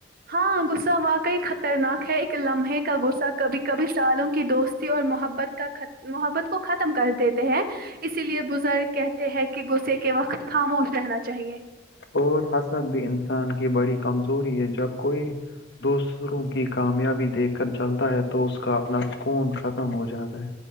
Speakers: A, on the right; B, on the left.
A: ہاں غصہ واقعی خطرناک ہے ایک لمحے کا غصہ کبھی کبھی سالوں کی دوست اور محبت کا محبت کو ختم کر دی ہیں اسی لیے بزرگ کہتے ہیں کہ غصے کے وقت خاموش رہنا چاہیے
B: اور حسد بھی انسان کی بڑی کمزوری ہے جب کوئی دوسروں کی کامیابی دیکھ کر چلتا ہے تو اس کا اپنا کوون ختم ہو جاتا ہے